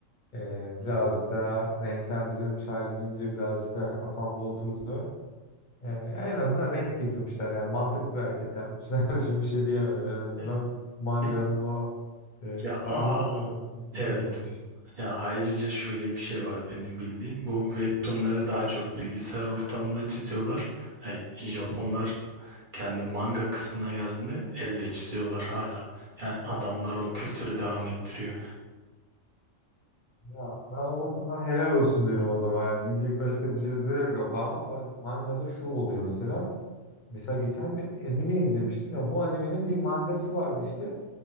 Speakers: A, on the left; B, on the right.
A: e, birazcık daha renklendirilmiş hali deyince birazcık daha kafamda oturdu. E, en azından renk getirmişler yani mantıklı bir hareket yapmışlar. <laughs> Şimdi bir şey diyemedim en azından
B: E,
A: manganın
B: e,
A: o e,
B: Ya
A: karanlık
B: aa,
A: tarafından kurtarılmış.
B: evet. Ya ayrıca şöyle bir şey var benim bildiğim. Bu webtoonları daha çok bilgisayar ortamında çiziyorlar. Yani Japonlar kendi manga kısmına geldiğinde elle çiziyorlar hala. Yani adamlar o kültürü devam ettiriyor.
A: Ya ben o bakımdan helal olsun derim o zaman. ya. diyecek başka bir şey de yok. Ama baz- mangada şu oluyor mesela. Mesela geçen bir anime izlemiştim ya. Bu animenin bir mangası vardı işte.